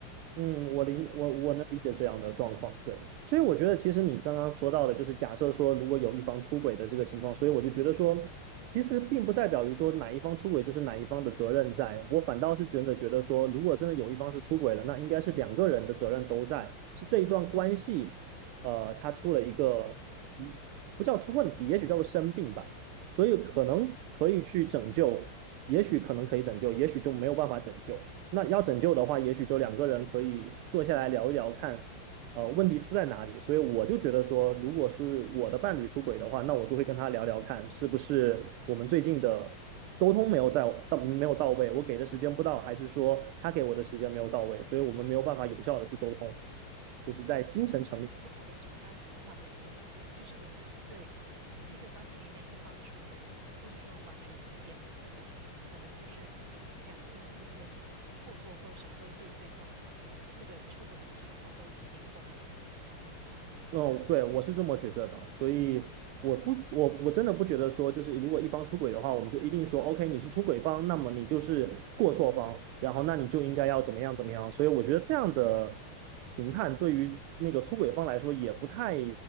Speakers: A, on the right (about 80°); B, on the right (about 65°).
A: 嗯，我理我我能理解这样的状况，对，所以我觉得其实你刚刚说到的，就是假设说如果有一方出轨的这个情况，所以我就觉得说，其实并不代表于说哪一方出轨就是哪一方的责任在，我反倒是觉得觉得说，如果真的有一方是出轨了，那应该是两个人的责任都在，是这一段关系，呃，它出了一个一不叫出问题，也许叫做生病吧。所以可能可以去拯救，也许可能可以拯救，也许就没有办法拯救。那要拯救的话，也许就两个人可以坐下来聊一聊，看呃问题出在哪里。所以我就觉得说，如果是我的伴侣出轨的话，那我就会跟他聊聊看，是不是我们最近的沟通没有在到没有到位，我给的时间不到，还是说他给我的时间没有到位，所以我们没有办法有效的去沟通，就是在精神层面
B: 所以你跟我的主张是差不多的，就是对一个关系里面一方出轨，不是说完全一边的错，可能就是两边之间或多或少都对这一段这个出轨的情况都有一点贡献，
A: 嗯，对，我是这么觉得的，所以我不，我我真的不觉得说，就是如果一方出轨的话，我们就一定说，OK，你是出轨方，那么你就是过错方，然后那你就应该要怎么样怎么样。所以我觉得这样的评判对于那个出轨方来说也不太